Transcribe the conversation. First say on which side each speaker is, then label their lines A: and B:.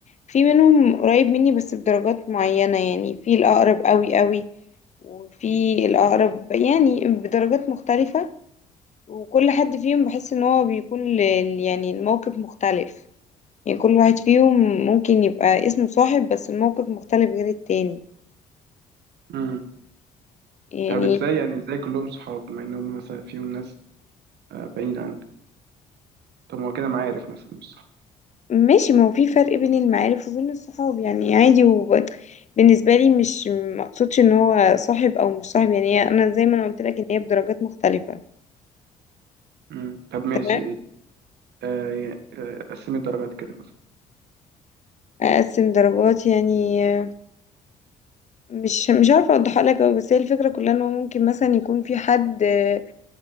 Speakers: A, on the left; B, on the right.
A: في منهم قريب مني بس بدرجات معينة يعني في الاقرب قوي قوي وفي الاقرب يعني بدرجات مختلفة وكل حد فيهم بحس ان هو بيكون ل- يعني الموقف مختلف يعني كل واحد فيهم ممكن يبقى اسمه صاحب بس الموقف مختلف غير التاني
B: امم
A: يعني
B: طب ازاي يعني ازاي كلهم صحاب بما انهم مثلا فيهم ناس أه بعيده عنك طب ما هو كده معارف مثلا مش صحاب
A: ماشي ما هو في فرق بين المعارف وبين الصحاب يعني عادي وبالنسبة لي مش مقصودش ان هو صاحب او مش صاحب يعني هي- انا زي ما انا قلت لك ان هي بدرجات مختلفة
B: امم طب ماشي
A: تمام
B: أه يا- آه، قسمي الدرجات كده مثلا
A: اقسم درجات يعني آه، مش مش عارفة اوضحها لك أوي بس هي الفكرة كلها ان هو ممكن مثلا يكون في حد آه،